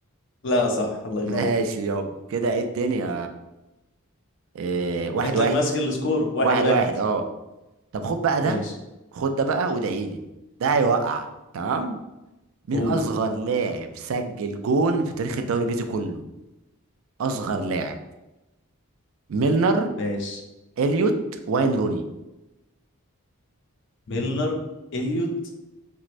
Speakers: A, on the left; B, on the right.
A: لا صح
B: <laughs>
A: الله
B: ماشي
A: ينور
B: يابا كده ايه الدنيا إيه واحد
A: انت
B: واحد
A: اللي ماسك السكور واحد
B: واحد
A: واحد
B: واحد اه طب خد بقى ده
A: ماشي
B: خد ده بقى وادعيلي ده هيوقع تمام مين
A: قول
B: اصغر لاعب سجل جون في تاريخ الدوري الانجليزي كله اصغر لاعب ميلنر
A: ماشي
B: اليوت واين روني
A: ميلنر اليوت